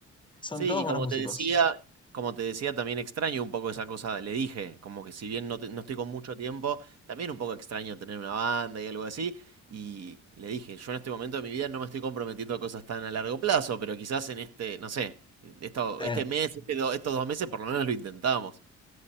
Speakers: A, on the left (about 15°); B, on the right (about 55°).
A: Son
B: Sí,
A: todos
B: y
A: buenos
B: como
A: músicos.
B: te decía, como te decía, también extraño un poco esa cosa, le dije, como que si bien no, te- no estoy con mucho tiempo, también un poco extraño tener una banda y algo así. Y le dije, yo en este momento de mi vida no me estoy comprometiendo a cosas tan a largo plazo, pero quizás en este, no sé, esto,
A: Sí.
B: este mes, este do- estos dos meses por lo menos lo intentamos.